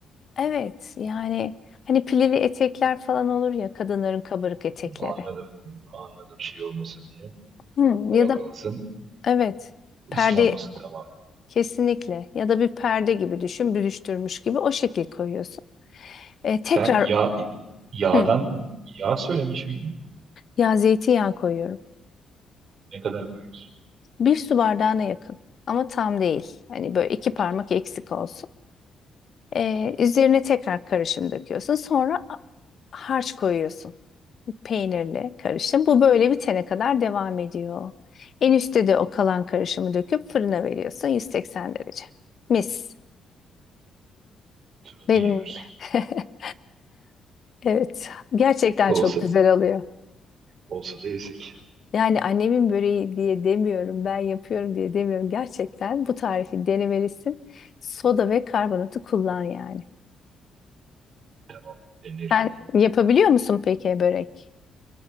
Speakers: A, on the left; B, on the right.
A: Evet yani hani pilili etekler falan olur ya kadınların kabarık etekleri.
B: yani. Anladım. Anladım şey olmasın diye.
A: Hı,
B: Hava
A: ya da
B: kalsın,
A: evet perde
B: ıslanmasın tamamen.
A: kesinlikle ya da bir perde gibi düşün büdüştürmüş gibi o şekil koyuyorsun. E, tekrar
B: Sen yağ yağdan
A: hı,
B: yağ söylemiş miydin?
A: ya zeytinyağı koyuyorum.
B: Ne kadar koyuyorsun?
A: Bir su bardağına yakın ama tam değil. Hani böyle iki parmak
B: Tamam,
A: eksik olsun. E,
B: tamam.
A: üzerine tekrar karışım döküyorsun. Sonra a- harç koyuyorsun. Peynirli karışım. Bu böyle bitene kadar devam ediyor. En üstte de o kalan karışımı döküp fırına veriyorsun 180 derece. Mis.
B: Sonra
A: Benim
B: da yiyoruz.
A: gibi. <laughs> Evet, gerçekten
B: Olsa,
A: çok güzel oluyor.
B: Olsa da yesek.
A: Yani annemin böreği diye demiyorum, ben yapıyorum diye demiyorum. Gerçekten bu tarifi denemelisin. Soda ve karbonatı kullan yani.
B: Tamam denerim.
A: Sen yapabiliyor musun peki börek?